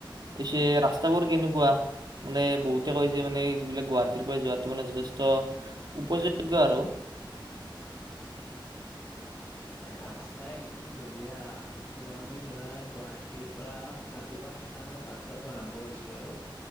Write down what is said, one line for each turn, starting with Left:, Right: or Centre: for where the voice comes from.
Right: পছে ৰাস্তাবোৰ কেনেকুৱা? মানে বহুতে কৈছে মানে যিবিলাক গুৱাহাটীৰ পৰা যোৱাটো মানে যথেষ্ট উপযোগ্য আৰু।
Left: এ ৰাস্তা একদম বঢ়িয়া। <unintelligible> আমি ধৰা গুৱাহাটীৰ পৰা ৰাতিপুৱা সাতটা মানত যাত্ৰাটো আৰম্ভ কৰিছিলো আৰু